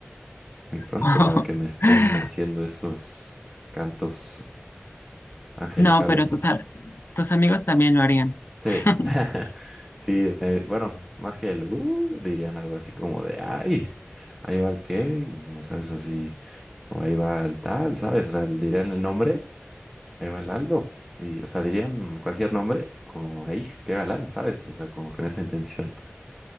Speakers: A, in the centre; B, on the left.
A: muy pronto
B: <laughs>
A: para que me estén haciendo esos cantos angelicales.
B: No, pero tus, a- tus amigos también lo harían.
A: Sí,
B: <laughs>
A: <laughs> sí, me- bueno, más que el "uh", dirían algo así como de ay, ahí va el Kevin, y ya sabes, así, o ahí va el tal, ¿sabes? O sea, dirían el nombre, ahí va el Aldo, y o sea, dirían cualquier nombre, como ahí, qué galán, ¿sabes? O sea, como con esa intención